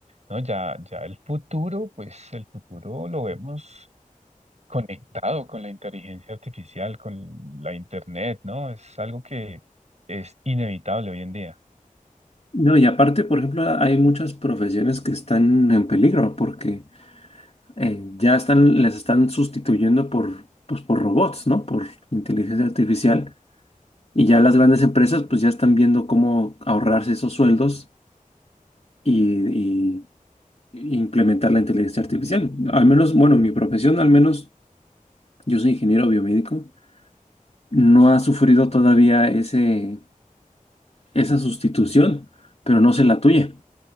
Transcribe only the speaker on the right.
¿no? Ya, ya el futuro, pues el futuro lo vemos conectado con la inteligencia artificial, con la internet, ¿no? Es algo que es inevitable hoy en día.